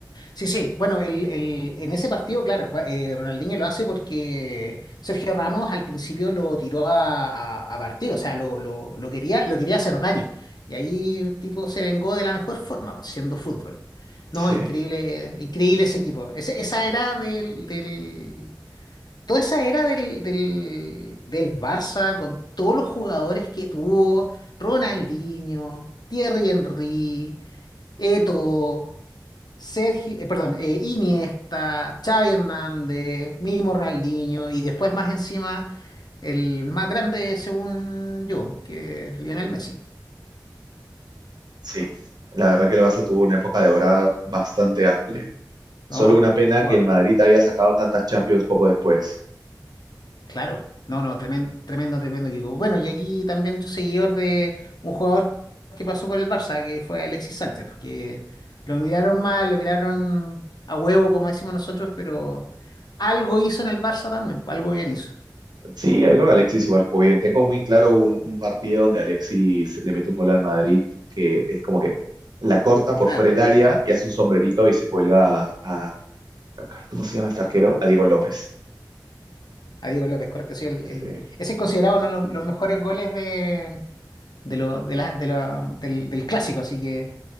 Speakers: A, on the left; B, on the right.
A: Sí, sí, bueno, el, el- en ese partido, claro, eh, Ronaldinho lo hace porque Sergio Ramos al principio lo tiró a, a- a partir, o sea, lo, lo- lo quería, lo quería hacer daño. Y ahí el tipo se vengó de la mejor forma, pues, siendo fútbol. No,
B: Sí,
A: increíble, increíble ese equipo. Ese- esa era del, del- Toda esa era del, del, del Barça, con todos los jugadores que tuvo, Ronaldinho, Thierry Henry, Eto'o. Sergio, eh, perdón, eh, Iniesta, Xavi Hernández, mismo Ronaldinho y después más encima el más grande según yo, que es Lionel Messi.
B: sí. La verdad que el Barça tuvo una época de dorada bastante amplia. Solo
A: No,
B: una pena
A: jugador,
B: que el Madrid haya sacado tantas Champions poco después.
A: claro. No, no, tremendo, tremendo, tremendo equipo. Bueno, y aquí también yo seguidor de un jugador que pasó por el Barça, que fue Alexis Sánchez, que lo miraron mal, lo miraron a huevo, como decimos nosotros, pero algo hizo en el Barça también, pues, algo bien hizo.
B: Sí, yo creo que Alexis igual jugó bien. Tengo muy claro un, un partido donde Alexis le mete un gol al Madrid, que es como que la corta por
A: Ah,
B: fuera del área y hace un sombrerito y se cuelga a, a- ay, ¿cómo se llama este arquero? A Diego López.
A: A Diego López, correcto. Sí, el, el-
B: Sí.
A: ese es considerado uno de los, los mejores goles de, de lo, de la, de la- del, del clásico, así que,